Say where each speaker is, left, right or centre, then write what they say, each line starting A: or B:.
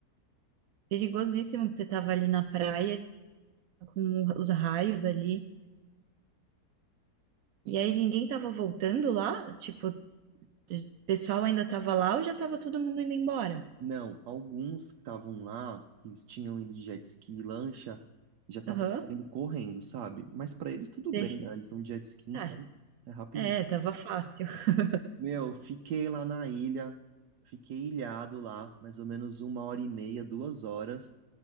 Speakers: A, on the right (about 65°); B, on the right (about 85°).
A: Perigosíssimo que você tava ali na praia com os raios ali. E aí ninguém tava voltando lá? Tipo, o pessoal ainda tava lá ou já tava todo mundo indo embora?
B: Não, alguns que estavam lá, que eles tinham ido de jet ski e lancha, já estavam
A: Aham,
B: saindo correndo, sabe? Mas pra eles tudo
A: sei.
B: bem, né? Eles estão de jet ski, então
A: Ah,
B: é rapidinho.
A: é, tava fácil. <laughs>
B: Meu, fiquei lá na ilha, fiquei ilhado lá, mais ou menos uma hora e meia, duas horas.